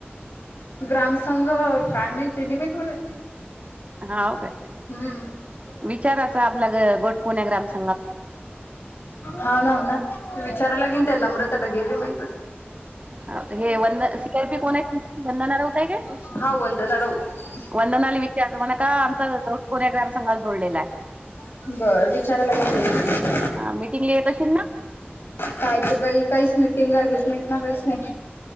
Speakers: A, on the left; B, on the right.
A: ग्राम संंघ काय म्ह तिने पण म्ह.
B: हा का
A: हम्म
B: विचाराच आपल्या गोटकुन्या ग्रामचा.
A: हो नाम ना विचारायलागेन त्या नम्रता ढगेली माहितच.
B: अ गे वन सयार पी कोन हाय तुमचा. बंधन होतय काग.
A: हा वंदना राऊत
B: वंदनाली विचारच म्हणा का आमचा कोन्या ग्राम संघात जोडलेला आहे.
A: <unintelligible>
B: हा मीटिंगला येत अशील ना?
A: काय सकाळी काहीच मिटिंगा घेत नाहीत ना काहीच नाही.